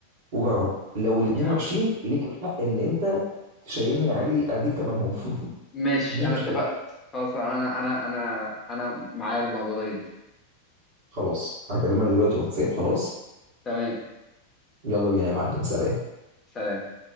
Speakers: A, on the right; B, on the left.
A: وجرب لو الاتنين
B: يعني
A: وحشين ليك الحق ان انت تشيلني عادي اديك تمنهم <laughs>
B: ماشي
A: مفيش مشكله
B: انا اتفقت خلاص انا انا انا انا معايا الموضوع ده جدا
A: خلاص هكلمك دلوقتي واتساب خلاص
B: تمام
A: يلا بينا يا معلم سلام
B: سلام